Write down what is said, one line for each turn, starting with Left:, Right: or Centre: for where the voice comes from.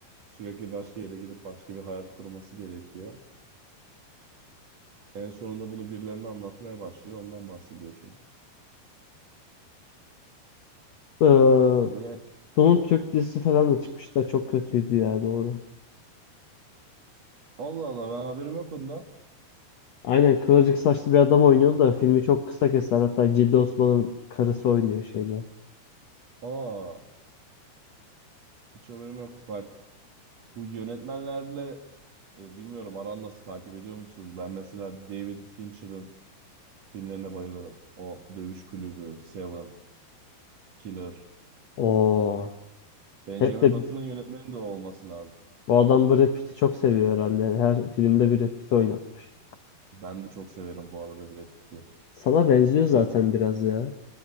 Right: Sürekli başka yere gidip başka bir hayat kurması gerekiyor. En sonunda bunu birilerine anlatmaya başlıyor. Ondan bahsediyor film.
Left: Ee,
Right: Ya böyle
Left: bunun Türk dizisi falan da çıkmıştı da çok kötüydü ya doğru.
Right: Allah Allah ben haberim yok ondan.
Left: Aynen kıvırcık saçlı bir adam oynuyordu da filmi çok kısa kestiler. Hatta Ciddi Osman'ın karısı oynuyor şeyde.
Right: Aa hiç haberim yok. Bak bu yönetmenlerle e, bilmiyorum aran nasıl takip ediyor musun? Ben mesela David Fincher'ın filmlerine bayılırım. O Dövüş Kulübü, Seven, Killer.
Left: Oo.
Right: Benjamin
Left: Hep de
Right: Button'ın yönetmeni de o olması lazım.
Left: bu adam Brad Pitt'i çok seviyor herhalde. Her filmde Brad Pitt oynatmış.
Right: Ben de çok severim bu arada Brad Pitt'i.
Left: Sana benziyor zaten
Right: Brad Pitt
Left: biraz ya.